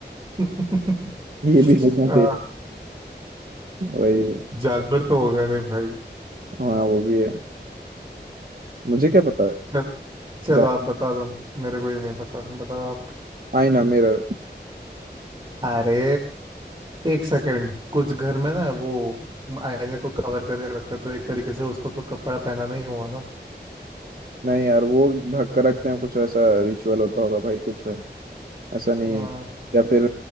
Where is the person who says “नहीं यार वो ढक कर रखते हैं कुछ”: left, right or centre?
Right